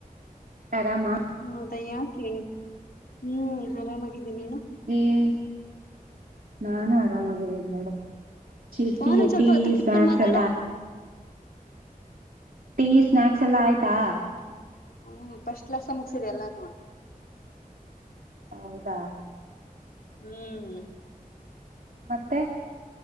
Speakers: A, on the right; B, on the left.
A: ಆರಾಮ?
B: ಹದ ಯಾಕೆ? ಹ್ಮ್ ಆರಾಮಾಗಿದ್ದೀನಿ ನೀನು?
A: ಹ್ಮ್, ನಾನು ಆರಾಮಾಗಿದ್ದೀನಿ ನೋಡು ಚಿ
B: ಫೋನ್
A: ಟಿ,
B: ಒಂದ್ ಸ್ವಲ್ಪ
A: ಟೀ
B: ಹತ್ರಕ್
A: ಸ್ನಾಕ್ಸ್
B: ಇಟ್ಕೊಂಡ್ ಮಾತಾಡೆ
A: ಎಲ್ಲಾ ಟೀ ಸ್ನಾಕ್ಸ್ ಎಲ್ಲಾ ಆಯ್ ಟಾ
B: ಹ್ಮ್ ಫಸ್ಟ್ ಕ್ಲಾಸ್ ಅಲ್ ಮುಗ್ಸಿದೆಲ್ಲಾನುವ
A: ಹೌದಾ
B: ಹ್ಮ್
A: ಮತ್ತೆ